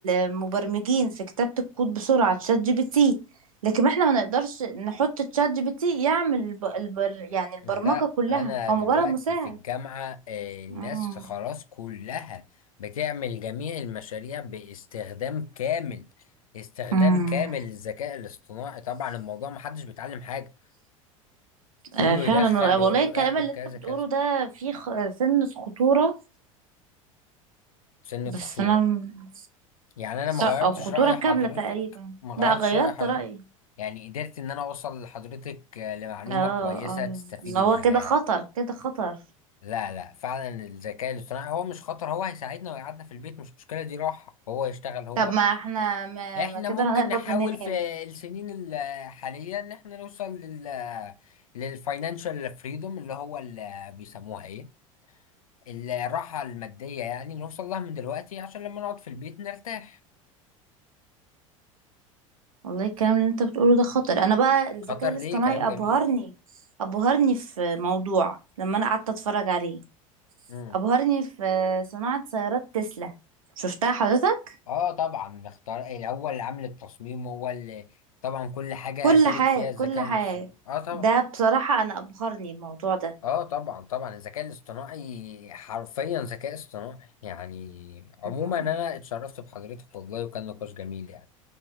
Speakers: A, on the right; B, on the left.
A: المبرمجين في كتابة الكود بسرعة تشات جي بي تي لكن احنا ما نقدرش نحط تشات جي بي تي يعمل الب... البر... يعني البرمجة
B: لا
A: كلها
B: انا
A: هو
B: دلوقتي
A: مجرد مساعد
B: في الجامعة آه، الناس
A: مم.
B: خلاص كلها بتعمل جميع المشاريع باستخدام كامل استخدام
A: مم.
B: كامل للذكاء الاصطناعي طبعا الموضوع محدش بيتعلم حاجة كله
A: آه، فعلا
B: يدخل
A: والله
B: يقول
A: والله الكلام
B: له اعمل
A: اللي
B: كذا
A: انت بتقوله
B: كذا
A: ده فيه خ... سن خطورة
B: سنة
A: بس
B: خطورة
A: انا م-
B: يعني انا ما
A: لا
B: غيرتش
A: او خطورة
B: رأي
A: كاملة
B: حضرتك
A: تقريبا
B: ما غيرتش
A: لا غيرت
B: رأي حضرتك
A: رأيي
B: يعني قدرت ان انا اوصل لحضرتك آه، لمعلومة
A: اه
B: كويسة
A: اه
B: تستفيدي
A: ان هو
B: منها
A: كده
B: يعني
A: خطر كده خطر
B: لا لا فعلا الذكاء الاصطناعي هو مش خطر هو هيساعدنا ويقعدنا في البيت مش مشكلة دي راحة هو يشتغل هو
A: طب ما احنا ما,
B: احنا
A: ما كده
B: ممكن
A: هنقبض
B: نحاول
A: منين
B: في السنين الحالية ان احنا نوصل لل للفاينانشال فريدوم اللي هو اللي بيسموها ايه الراحة المادية يعني نوصل لها من دلوقتي عشان لما نقعد في البيت نرتاح
A: والله الكلام اللي انت بتقوله ده خطر انا بقى الذكاء
B: خطر
A: الاصطناعي
B: ليه كلام جميل
A: ابهرني ابهرني في موضوع لما انا قعدت اتفرج عليه
B: امم
A: ابهرني في صناعة سيارات تسلا شفتها حضرتك
B: اه طبعا نختار الاول عامل التصميم هو اللي طبعا كل حاجة
A: كل
B: شارك
A: حاجة
B: فيها
A: كل
B: الذكاء
A: حاجة
B: الاصطناعي اه طبعا
A: ده بصراحة انا ابهرني الموضوع ده
B: اه طبعا طبعا الذكاء الاصطناعي حرفيا ذكاء اصطناعي يعني عموما
A: مم.
B: انا اتشرفت بحضرتك والله وكان نقاش جميل يعني